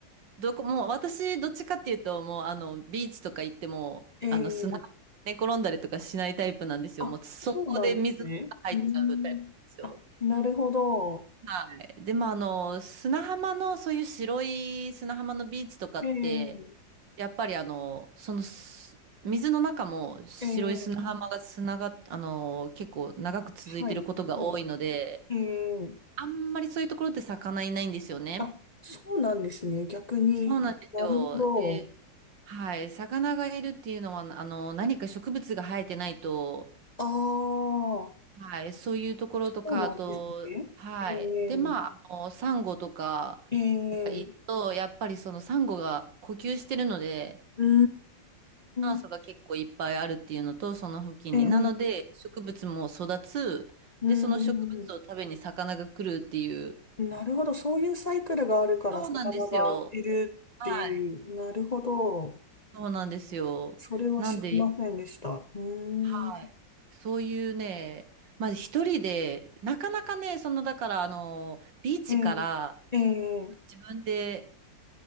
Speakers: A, on the right; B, on the left.
A: どこ、もう私、どっちかっていうと、もうあの、ビーチとか行っても、
B: ええー
A: あの、砂ね、寝転んだりとかしないタイプなんですよ。
B: あ、
A: もうそこで水が入っちゃうタイプなんですよ。
B: そうなんですね。うん。あ、なるほど。
A: はい。でもあの、砂浜の、そういう白い砂浜のビーチとかって、
B: ええ
A: やっぱりあの、その、す水の中も白い砂浜が砂が、
B: ええ
A: あの、結構長く続いてることが多いので、
B: はい、はい。ええ
A: あんまりそういうところって魚いないんですよね。
B: あ、そうなんですね。逆に。
A: そうなんですよ。
B: なるほど。
A: で、はい、魚がいるっていうのは、あの、何か植物が生えてないと、
B: ああ、そ
A: はい、そういうところとか、
B: うなんですね。
A: あと、はい。
B: ええ、
A: で、まあ、あの、サンゴとか
B: ええ、
A: がいると、やっぱりそのサンゴが呼吸してるので、
B: うー
A: 酸素が結構いっぱいあるっていうのと、
B: ん、
A: その付近に。
B: ええ、
A: なので、植物も育つ。
B: うん、
A: で、その植物を食べに魚が来るっていう。
B: うんなるほど。そういうサイクルがあるから魚がいるっていう。
A: そうなんですよ。はい。
B: なるほど。
A: そうなんですよ。
B: それは知りませんでした。
A: なんで、
B: うーん、
A: はい。そういうね、まあ一人で、なかなかね、そのだからあの、ビーチから
B: ええ、ええ、
A: 自分で、